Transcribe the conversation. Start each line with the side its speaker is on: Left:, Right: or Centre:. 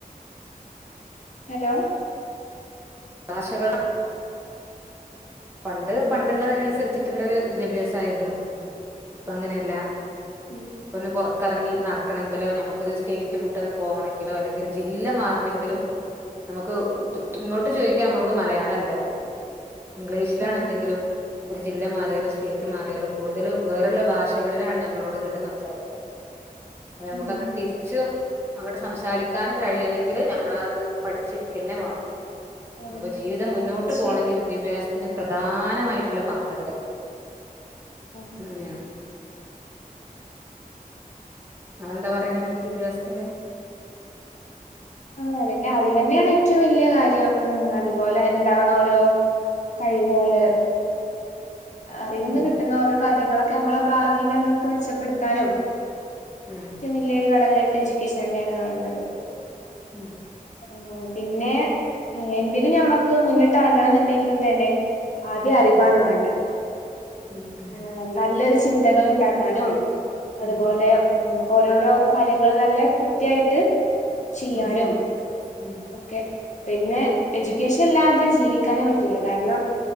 Left: ഹലോ
Right: ആശകളാ പണ്ട്
Left: ഉം
Right: പണ്ടുള്ളതിനനുസരിച്ചിട്ട് മറ്റുള്ളരു വിദ്യാഭ്യാസയിരുന്നു, ഇപ്പൊ അങ്ങനെയല്ല
Left: ഉം
Right: ഒന്ന് പൊറത്തിറങ്ങി നടക്കണമെങ്കിലോ, നമുക്കരു സ്റ്റേറ്റ് വിട്ടൊന്ന് പോകണമെങ്കിലോ അല്ലെങ്കിൽ ഒരു ജില്ല മാറണമെങ്കിലും നമുക്ക് ഇങ്ങോട്ട് ചോദിക്കാ നമ്മളോട് മലയാളം അല്ല, ഇപ്പൊ ഇംഗ്ലീഷിലാണ്
Left: ഉം
Right: എന്തെങ്കിലും ജില്ല മാറിയാലും, സ്റ്റേറ്റ് മാറിയാലും കൂടുതൽ വേറൊള്ള ഭാഷകളിലാണ് ഞമ്മളോട് ഇങ്ങിട്ട് സംസാരിക്കുക. നമ്മുക്ക്
Left: ഉം
Right: അങ്ങോട്ട് തിരിച്ചും അങ്ങോട്ട് സംസാരിക്കാനും കഴിയണെങ്കില് നമ്മളത് പഠിച്ചിരിക്കന്നെ വേണം.
Left: ഉം
Right: അപ്പൊ ജീവിതം
Left: അതെ
Right: മുന്നോട്ട്
Left: ശരി
Right: പോകണമെങ്കിൽ വിദ്യാഭ്യാസം ഇതിന് പ്രധാനമായിട്ടുള്ള പങ്കുണ്ട്
Left: ഉം
Right: അതെന്നെണ് നിങ്ങളെന്താ പറയണേദ്യാഭ്യാസത്തിന്റെ
Left: ആ അതന്നെ അറിവ് തന്നെയാണ് ഏറ്റവും വല്യ കാര്യം ആ അതുപോലെ അത്ണ്ടാവണം ഓരോ കഴിവുകള് അറിവ്ന്ന്
Right: ഉം
Left: കിട്ടുന്ന ഓരോ കാര്യങ്ങളൊ നമ്മളെ ഭാവിൽ നമ്മൊക്കെ മെച്ചപ്പെടുത്താനും
Right: ഉം
Left: റ്റം വലിയരു ഘടകായി എടുക്കേഷൻ തന്നെയാണ് കാണത്
Right: ഉം
Left: ആ പിന്നെ എന്തിന് ഞമ്മക്ക് മുന്നിട്ട് ഇറങ്ങണം എന്നുണ്ടെങ്കിലും തന്നെ ആദ്യ അറിവാണ്
Right: ഉം
Left: വേണ്ടത്
Right: ഉം ഉം
Left: ആ നല്ലൊരു ചിന്തകൾ ഉണ്ടാക്കാനും അതുപോലെ
Right: ഉം
Left: ഉ ഓരോരോ കാര്യങ്ങൾ നല്ല കൃത്യായിട്ട് ചെയ്യാനോ
Right: ഉം ഉം ഉം
Left: ഒക്കെ പിന്നെ എഡ്യൂക്കേഷൻ അല്ലാതെ ജീവിക്കാനേ പറ്റൂല കാരണം